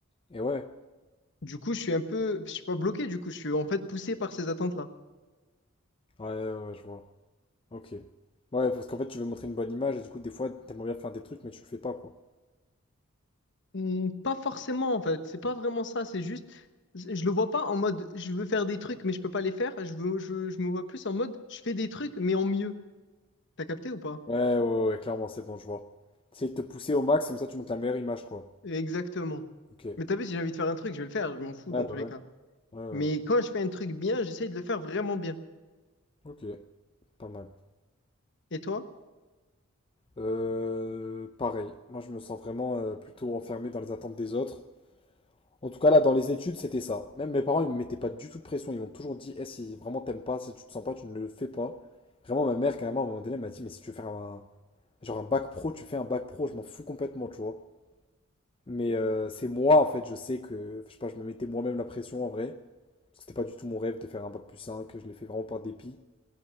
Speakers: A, on the left (about 25°); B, on the left (about 60°).
A: Et ouais.
B: Du coup, je suis un peu, je suis pas bloqué, du coup, je suis en fait poussé par ces attentes-là.
A: Ouais, ouais, ouais, je vois. Ok. Ouais, parce qu'en fait, tu veux montrer une bonne image et du coup, des fois, t'aimerais bien faire des trucs, mais tu le fais pas, quoi.
B: Hmm, Pas forcément, en fait. C'est pas vraiment ça. C'est juste, je le vois pas en mode, je veux faire des trucs, mais je peux pas les faire. Je veux, je, je me vois plus en mode, je fais des trucs, mais en mieux. T'as capté ou pas?
A: Ouais, ouais, ouais, ouais, clairement, c'est bon, je vois. c'est de te pousser au max, comme ça, tu montes la meilleure image, quoi.
B: Exactement.
A: Ok. Ouais,
B: Mais t'as vu, si j'ai envie de faire un truc, je vais le faire. Je m'en fous
A: bah
B: dans
A: ouais.
B: tous les cas.
A: Ouais, ouais. ouais.
B: Mais quand je fais un truc bien, j'essaye de le faire vraiment bien.
A: Ok, pas mal.
B: Et toi?
A: Euh, pareil, moi je me sens vraiment euh, plutôt enfermé dans les attentes des autres. En tout cas là, dans les études, c'était ça. Même mes parents, ils me mettaient pas du tout de pression. Ils m'ont toujours dit, Eh, si vraiment t'aimes pas, si tu te sens pas, tu ne le fais pas. Vraiment, ma mère, carrément, à un moment donné, elle m'a dit, mais si tu veux faire un, genre un bac pro, tu fais un bac pro, je m'en fous complètement, tu vois. Mais euh, c'est moi, en fait, je sais que, je sais pas, je me mettais moi-même la pression en vrai. Parce que c'était pas du tout mon rêve de faire un bac plus 5, je l'ai fait vraiment par dépit.